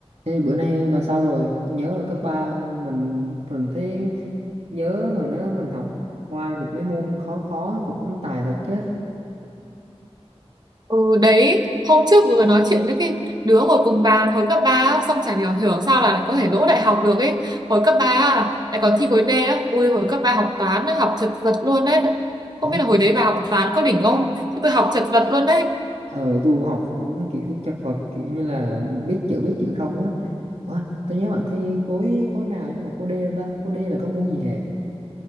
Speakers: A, on the right; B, on the right.
A: Ê, bữa nay bà sao rồi? Nhớ hồi cấp 3 không? Mình mình thấy nhớ hồi đó mình học qua được mấy môn khó khó cũng tài thật chứ.
B: Ừ đấy, hôm trước vừa nói chuyện với cái đứa ngồi cùng bà hồi cấp 3 á, xong chả hiểu hiểu sao là lại có thể đỗ đại học được ấy. Hồi cấp 3 à, lại còn thi khối D á. Ui hồi cấp 3 học toán á, học chật vật luôn đấy. Không
A: Ủa,
B: biết là hồi đấy bà học toán có đỉnh không? Chứ tôi học chật vật luôn đấy.
A: ờ tôi học cũng kiểu chật vật kiểu như là biết chữ biết chữ không á. Ủa, tôi nhớ bạn thi khối khối nào như vậy khối D đâu ta? Khối D là có môn gì hề?